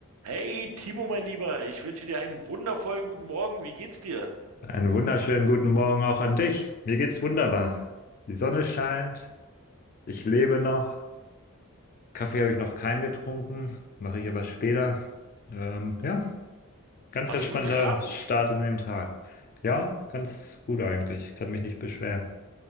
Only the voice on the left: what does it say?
Einen wunderschönen guten Morgen auch an dich. Mir geht's wunderbar. Die Sonne scheint, ich lebe noch. Kaffee habe ich noch keinen getrunken, mache ich aber später. Ähm, ja, ganz
entspannter
Start in den Tag. Ja, ganz gut eigentlich, kann mich nicht beschweren.